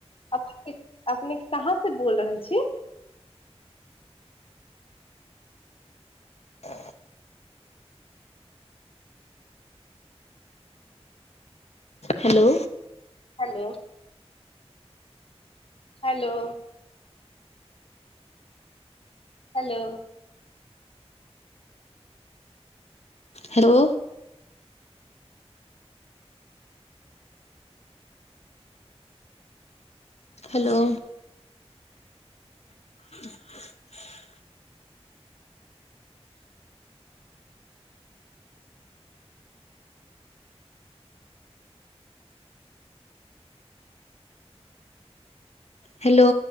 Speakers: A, on the left; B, on the left.
A: अपने अपने कहाँ से बोल रहल छी
B: आ hello
A: hello hello hello
B: hello hello <inaudible> hello